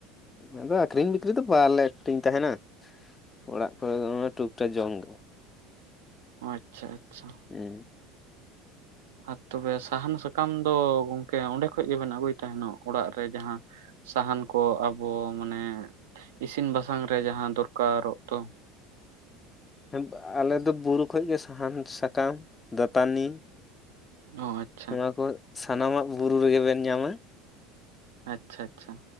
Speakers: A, on the left; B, on the right.
A: ᱟᱫᱚ ᱟᱠᱷᱨᱤᱧ ᱵᱟᱠᱨᱤᱧ ᱫᱚ ᱵᱟᱞᱮ ᱟᱠᱷᱨᱤᱧ ᱛᱟᱸᱦᱮᱱᱟ, ᱚᱲᱟᱜ ᱠᱚᱨᱮ ᱫᱚ, ᱳᱭ ᱴᱩᱠᱴᱟᱠ ᱡᱚᱢ ᱜᱮ᱾
B: ᱟᱪᱪᱷᱟ ᱟᱪᱪᱷᱟ᱾
A: ᱦᱩᱸ᱾
B: ᱟᱨ ᱛᱚᱵᱮ ᱥᱟᱦᱟᱱ ᱥᱟᱠᱟᱢ ᱫᱚ ᱜᱚᱝᱠᱮ ᱚᱸᱰᱮ ᱠᱷᱚᱡ ᱜᱮᱵᱮᱱ ᱟᱹᱜᱩᱭ ᱛᱟᱦᱮᱱᱚᱜ ᱚᱲᱟᱜ ᱨᱮ ᱡᱟᱦᱟᱸ ᱥᱟᱦᱟᱱ ᱠᱚ ᱟᱵᱚ ᱢᱟᱱᱮ ᱤᱥᱤᱱ ᱵᱟᱥᱟᱝ ᱨᱮ ᱡᱟᱦᱟᱸ ᱫᱚᱨᱠᱟᱨᱚᱜ ᱫᱚ?
A: ᱦᱮᱸ ᱟᱞᱮ ᱫᱚ ᱵᱩᱨᱩ ᱠᱷᱚᱡ ᱜᱮ ᱥᱟᱦᱟᱱ, ᱥᱟᱠᱟᱢ, ᱫᱟᱹᱛᱟᱱᱤ,
B: ᱚ ᱟᱪ
A: ᱱᱚᱣᱟ ᱠᱚ ᱥᱟᱱᱟᱢᱟᱜ ᱵᱩᱨᱩ ᱨᱮᱜᱮ ᱵᱮᱱ ᱧᱟᱢᱟ᱾
B: ᱟᱪᱪᱷᱟ ᱟᱪᱪᱷᱟ᱾